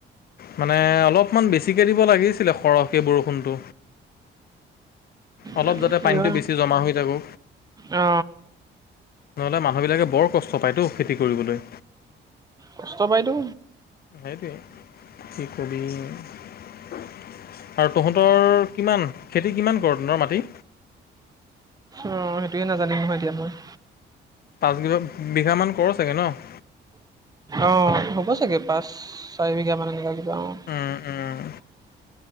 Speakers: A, on the left; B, on the right.
A: মানে, অলপমান বেছিকে দিব লাগিছিলে, সৰহকে বৰষুণটো। অলপ
B: জানো
A: যাতে
B: কি
A: পানীটো
B: হয়
A: বেছি জমা হৈ থাকো।
B: অ
A: নহ'লে মানুহবিলাকে বৰ কষ্ট পায়তো খেতি কৰিবলৈ।
B: কষ্ট পাইতো।
A: সেইটোৱে! কি ক'বি <unintelligible> আৰু তহঁতৰ কিমান, খেতি কিমান ক'ৰ তহঁতৰ মাটি?
B: অ'! সেইটোৱে নাজানিম নহয়, এতিয়া মই।
A: পাঁচ বিঘা, বিঘামান ক'ৰ চাগৈ ন'?
B: অ'! হ'ব চাগে, পাঁচ- চাৰি বিঘা মান, এনেকুৱা কিবা অ'! <inaudible>
A: উম উম